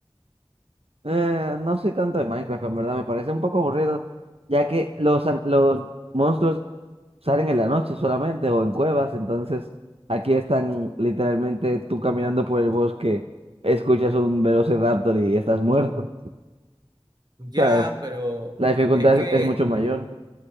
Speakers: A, on the right; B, on the right.
A: Eh, no soy tanto de Minecraft, en verdad, me parece un poco aburrido, ya que los, an- los monstruos salen en la noche solamente o en cuevas, entonces aquí están literalmente tú caminando por el bosque, escuchas un velociraptor y estás muerto,
B: Ya,
A: ¿sabes?
B: pero
A: La dificultad
B: es que,
A: es, es mucho mayor.